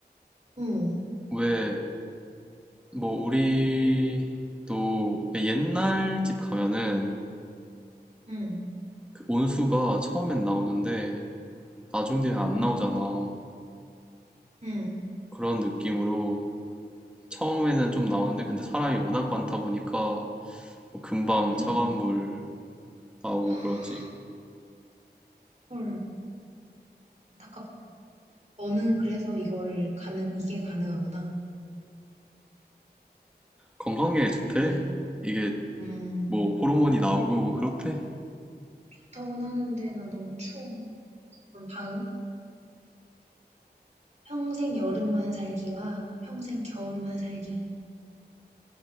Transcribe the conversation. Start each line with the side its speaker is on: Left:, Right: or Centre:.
Right: 응,
Centre: 왜 뭐 우리도 왜 옛날 집 가면은
Right: 응,
Centre: 그 원수가 처음엔 나오는데 나중 되면 안
Right: 응,
Centre: 나오잖아.
Right: 응,
Centre: 그런 느낌으로 처음에는 좀 나오는데 근데 사람이 워낙 많다 보니까 뭐 금방
Right: 응.
Centre: 차가운 물 나오고
Right: <gasps>
Centre: 그러지.
Right: 헐. 안타깝다. 너는 그래서 이걸 가능, 이게 가능하구나.
Centre: 건강에 좋대.
Right: 그러네.
Centre: 이게
Right: 음.
Centre: 뭐 호르몬이 나오고 뭐 그렇대.
Right: 좋다고는 하는데 난 너무 추워. 그럼 다음. 평생 여름만 살기와 평생 겨울만 살기.